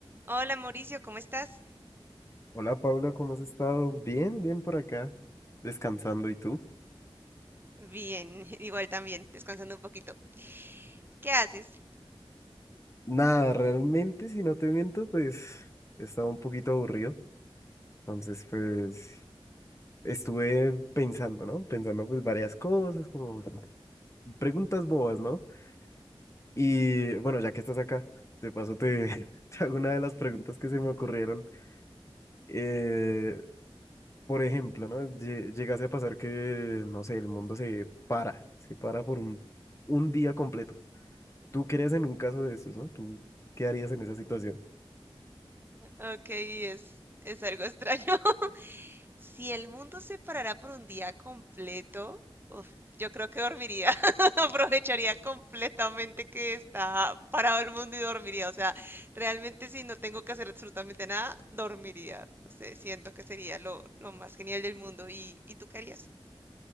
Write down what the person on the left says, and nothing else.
Hola Pablo, ¿cómo has estado? Bien, bien por acá, descansando. ¿Y tú?
Nada, realmente, si no te miento, pues estaba un poquito aburrido. Entonces, pues estuve pensando, ¿no? Pensando pues varias cosas, como preguntas bobas, ¿no? Y bueno, ya que estás acá, de paso te, <laughs> te hago una de las preguntas que se me ocurrieron. Eh, por ejemplo, ¿no? Lle- Llegase a pasar que, no sé, el mundo se para, se para por un, un día completo. ¿Tú crees en un caso de esos, no? ¿Tú qué harías en esa situación?